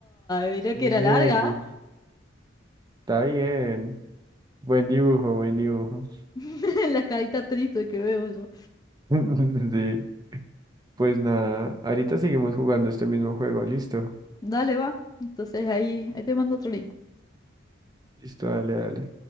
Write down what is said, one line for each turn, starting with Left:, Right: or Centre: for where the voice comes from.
Left: Mirá que
Right: Bien,
Left: era larga.
Right: bien, está bien. Buen dibujo, buen dibujo.
Left: <laughs> La carita triste que veo yo.
Right: <laughs> Sí, pues nada, ahorita seguimos jugando este mismo juego, listo.
Left: Dale, va. Entonces ahí, ahí te mando otro link.
Right: Listo, dale, dale.